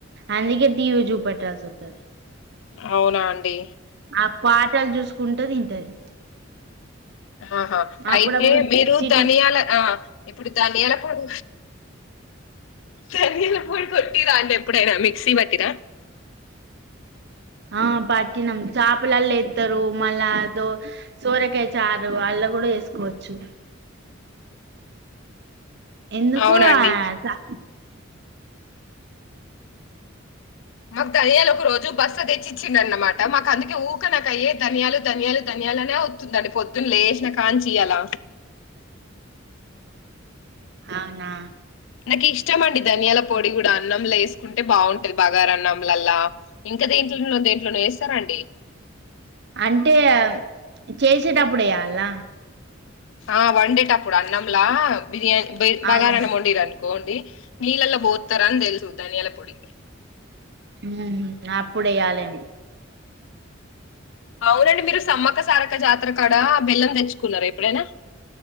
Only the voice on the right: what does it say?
అందుకే టీవీ చూపెట్టాల్సి వత్తది.
ఆ పాటలు చూసుకుంట తింటది
అప్పుడప్పుడు
చిటి
ఆ పట్టి నమ్ షాపులాల ఏత్తరు మల్ల సోరకాయ చారు అలా ఇంట్ల గుడా చెసుకోవచ్చు ఎందుకు
యా స
అవునా
అంటే చేసేటప్పుడు ఎయ్యాలన
అదే
ఉ నాప్పుడు వెయ్యాలి అని